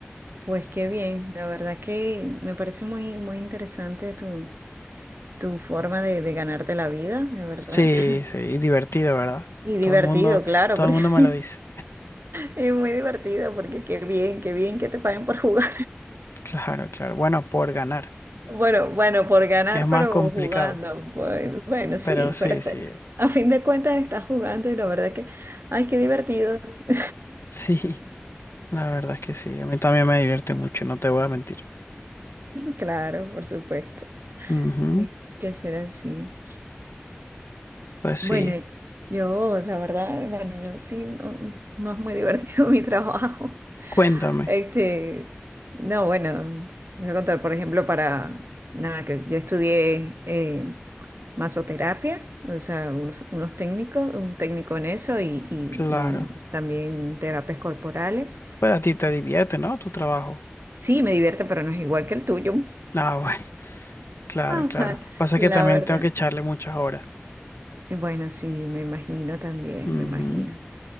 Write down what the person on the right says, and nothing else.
pues qué bien, la verdad que me parece muy, muy interesante tu, tu forma de, de ganarte la vida, de verdad.
<laughs>
Y divertido,
claro,
porque
<laughs>
es muy divertido, porque qué bien, qué bien que te paguen por jugar.
Bueno, bueno, por ganar,
pero
jugando, pues bueno, sí,
pero está,
a fin de cuentas estás jugando y la verdad que, ay, qué divertido. <laughs>
Claro, por supuesto,
y que ser así.
Bueno, yo, la verdad, bueno, yo sí, no, no es muy divertido <laughs> mi trabajo.
Este, no, bueno, les voy a contar, por ejemplo, para, nada, que yo estudié eh, masoterapia, o sea, unos, unos técnicos, un técnico en eso y, y-
y también terapias corporales.
Sí, me divierte, pero no es igual que el tuyo.
<laughs>
La
verdad.
Y Bueno, sí, me imagino también,
me imagino.